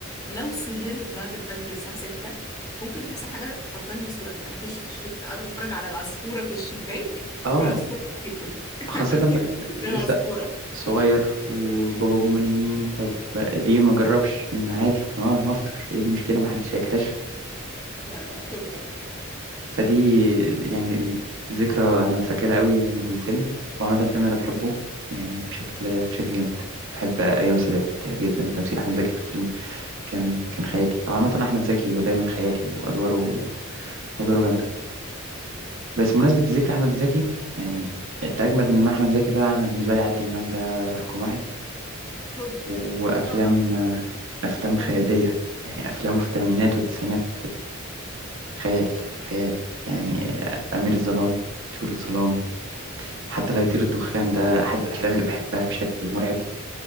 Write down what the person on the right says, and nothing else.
اه
خاصه
بقى
لسه
صغير وبابا وماما نايمين طب ليه ما اجربش ما عادي ما ما افطر ايه المشكله ما حدش هيكتشف
فدي يعني ذكرى انا فاكرها قوي الفيلم وعامه الفيلم انا بحبه يعني بشكل بشكل جامد بحب ايام السادات جدا وتمثيل احمد زكي في الفيلم كان كان خيالي او عامه احمد زكي هو دايما خيالي وادواره
ادواره جامده
بس بمناسبه ذكر احمد زكي يعني اللي اجمد من احمد زكي بقى انا بالنسبه لي عادل امام ده رقم واحد
وافلام
افلام خياليه
يعني افلامه في الثمانينات والتسعينات خيال خيال يعني أمير الظلام طيور الظلام حتى لا يطير الدخان ده أحد الأفلام اللي بحبها بشكل مرعب